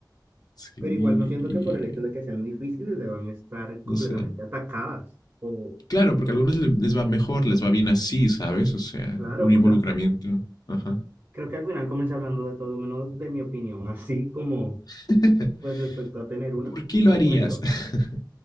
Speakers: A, on the left; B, on the right.
A: Sí,
B: Pero
A: y
B: igual no siento que por el hecho de que sean difíciles deban estar completamente
A: no sé.
B: atacadas. O,
A: Claro, porque a algunos le- les va mejor, les va bien así, ¿sabes? O sea,
B: claro,
A: un involucramiento.
B: o sea,
A: Ajá.
B: creo que al final comencé hablando de todo menos de mi opinión, <laughs> así como,
A: <laughs>
B: pues respecto a tener una,
A: ¿Por qué
B: y
A: lo
B: te
A: harías?
B: cuento.
A: <laughs>